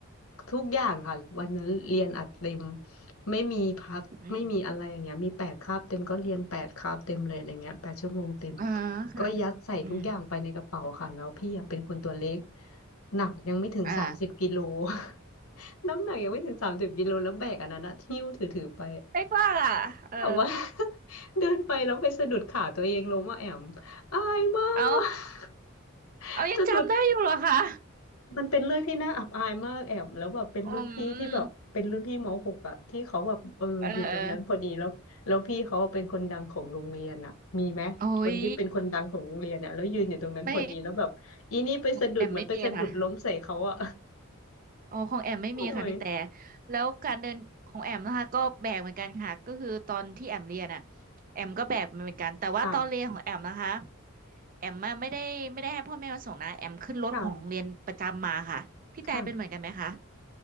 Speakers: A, on the left (about 80°); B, on the right (about 40°).
A: ทุกอย่างค่ะวันนั้นเรียนอัดเต็มไม่มีพักไม่มีอะไรอย่างเงี้ยมีแปดคาบเต็มก็เรียนแปดคาบเต็มเลยอะไรเงี้ยแปดชั่วโมงเต็ม
B: อืมอ่าค่ะ
A: ก็ยัดใส่ทุกอย่างไปในกระเป๋าค่ะแล้วพี่อะเป็นคนตัวเล็ก
B: อืม
A: หนักยังไม่ถึงสามสิบกิโล
B: อ่า
A: <laughs> น้ำหนักยังไม่ถึงสามสิบกิโลแล้วแบกอันนั้นนะหิ้วถือถือไป
B: เป๊กว่าล่ะเออ
A: แบบว่า <laughs> เดินไปแล้วไปสะดุดขาตัวเองล้มอะแอมอายมา
B: เอา
A: ก <laughs>
B: เอายังจำได้อยู่เหรอคะ
A: จะดุด มันเป็นเรื่องที่น่าอับอายมากแอมแล้วแบบเป็นรุ่นพี่ที่แบบเป็นรุ่นพี่มหกอะที่เขาแบบเอออยู่ตรงนั้นพอดีแล้วแล้วพี่เขาเป็นคนดังของโรงเรียนอะมีไหมคนที่เป็นคนดังของโรงเรียนอะแล้วยืนอยู่ตรงนั้นพอดีแล้วแบบอีนี่ไปสะดุดเหมือนไปสะดุดล้มใส่เขาอะ
B: อืมเออเออโอ้ยไม่แอมไม่มีค่ะโอ้ของแอมไม่มีค่ะพี่แต่
A: <laughs> โอ้ย
B: แล้วการเดินของแอมนะคะก็แบกเหมือนกันค่ะก็คือตอนที่แอมเรียนอ่ะแอมก็แบกมันเหมือนกันแต่ว่าตอนเรียนของแอมนะคะ
A: ค่ะ
B: แอมอะไม่ได้ไม่ได้ให้พ่อแม่มาส่งนะแอมขึ้นรถของโรงเรียนประจำมาค่ะพี่แต่เป็นเหมือนกันไหมคะ
A: ค่ะค่ะ